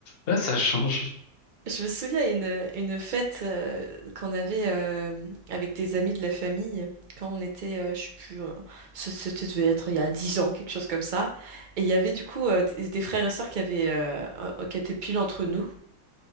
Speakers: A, on the left; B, on the right.
A: Ouais, ça change.
B: Je me souviens une, une fête euh, qu'on avait euh, avec des amis de la famille quand on était, euh, je sais plus, euh, ce- c'était devait être il y a 10 ans, quelque chose comme ça. Et il y avait du coup euh, des, des frères et sœurs qui avaient, euh, euh, qui étaient pile entre nous.